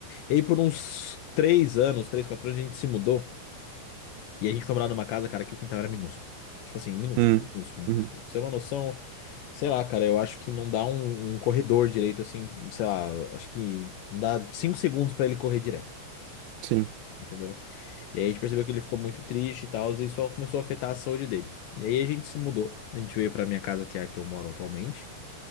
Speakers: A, on the left; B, on the right.
A: E aí por uns três anos, três, quatro anos, a gente se mudou. E a gente foi morar numa casa, cara, que o quintal era minúsculo. Tipo assim, minúsculo,
B: Hum,
A: minúsculo, minúsculo.
B: uhum,
A: Pra você ter uma noção, sei lá, cara, eu acho que não dá um, um corredor direito, assim, sei lá, acho que não dá cinco segundos pra ele correr direto,
B: sim.
A: entendeu? E aí a gente percebeu que ele ficou muito triste e tal, e isso começou a afetar a saúde dele. E aí a gente se mudou. A gente veio pra minha casa, que é a que eu moro atualmente.